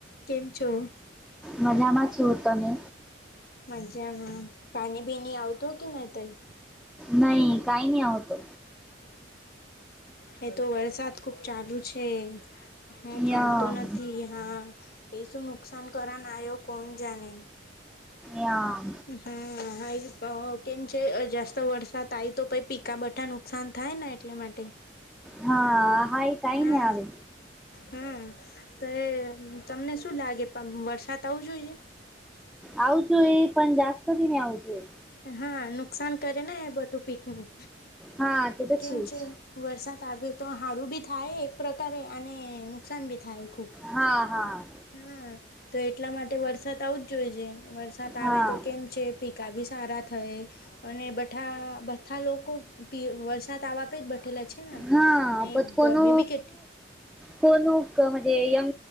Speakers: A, on the left; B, in the centre.
A: કેમ છો?
B: મજામાંછું હોત તમે?
A: મજા માં પાણી બીની આવતો કે નહી તઈ
B: નહી કઈ નહી આવતો
A: એ તો વરસાદ ખુબ ચાલુ છે હું થાબતો
B: યમ
A: નથી હા એ શું નુકસાન કર ના આયો કોણ જાણે
B: યા
A: હ હા હાઈ અ કેમ છે જાસ્ત વરસાદ આવી તો પીકાબઠા નુકસાન થાય ને એટલે માટે
B: હા હા કાઈ
A: હા
B: ને આવે
A: હમ તો એ તમને શું લાગે વરસાદ આવું જોઈએ
B: આવુંતો એ પણ જાસ્તથી નહ આવતું
A: હા નુકસાન કરે ને એ બટું પીક નું
B: હા તે તો
A: કેમ છે
B: જ
A: વરસાદ આવે તો હારું બી થાય એક પ્રકારે અને નુકસાન બી થાય ખૂબ
B: હા હા
A: હા તો એટલા માટે વરસાદ આવું જ જોઈ છે વરસાદ આવે
B: હા
A: તો કેમ છે પિકા ભી સારા થય અને બઠા બધા લોકો વરસાદ આવવા પે બેઠેલા છે ને
B: હા
A: અને
B: <unintelligible> કોનો
A: ગરમી બી કેટલી
B: કોનુંજ એમ